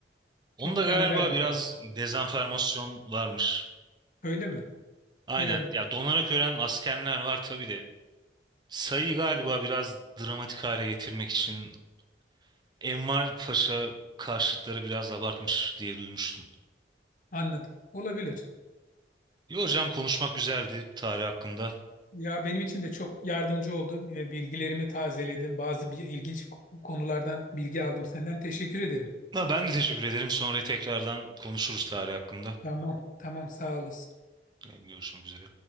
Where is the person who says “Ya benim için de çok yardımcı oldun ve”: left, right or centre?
Left